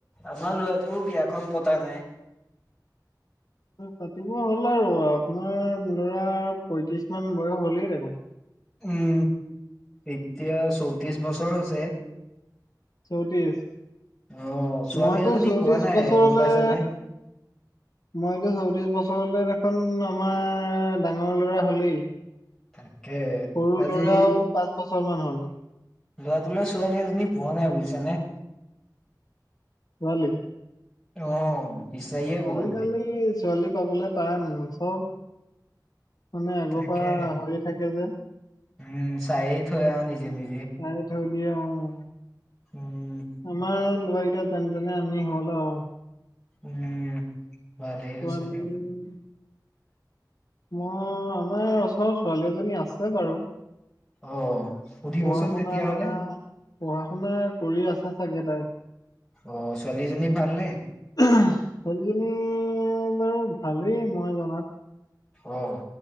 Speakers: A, in the centre; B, on the left (about 60°).
A: আমাৰ লৰাটোৰো বিয়াখন পতা নাই।
B: পাতিব হ'ল আৰু আপোনাৰ ল'ৰা পয়ত্ৰিশ মান বয়স হলেই দেখোন?
A: উম এতিয়া চৌত্ৰিশ বছৰ হৈছে।
B: চৌত্ৰিশ
A: অ ছোৱালী
B: মইতো
A: এজনী
B: চৌত্ৰিশ
A: পোৱা নাই
B: বছৰলৈ
A: গম পাইছা নে
B: মইটো চৌত্ৰিশ বছৰলৈ দেখোন আমাৰ ডাঙৰ ল'ৰা হ'লেই।
A: তাকে।
B: সৰু
A: আজি
B: ল'ৰাও পাঁচ বছৰ মান হ'ল।
A: ল'ৰাটোলে ছোৱালী এজনী পোৱা নাই বুজিছানে।
B: ছোৱালী?
A: অ' বিচাৰিয়ে পোৱা
B: আজিকালি
A: নাই।
B: ছোৱালী পাবলে তান, চব মানে আগৰ
A: তাকে
B: পৰা হৈয়ে থাকে যে।
A: উম চাইয়ে থয় আৰু নিজে নিজে।
B: চাইয়ে থৈ দিয়ে অ'।
A: উম।
B: আমাৰ ল'ৰা কেইটা যেনে তেনে আনি হ'ল আৰু।
A: উম ভালেই
B: ছোৱালী
A: হৈছে দিয়ক।
B: মই আমাৰ ওচৰত ছোৱালী এজনী আছে বাৰু।
A: অ' সুধিবচোন
B: পঢ়া শুনা
A: তেতিয়াহ'লে?
B: পঢ়া শুনা কৰি আছে চাগে তাই।
A: অ' ছোৱালীজনী ভালনে?
B: ছোৱালীজনী বাৰু ভালেই মই জনাত।
A: অ'।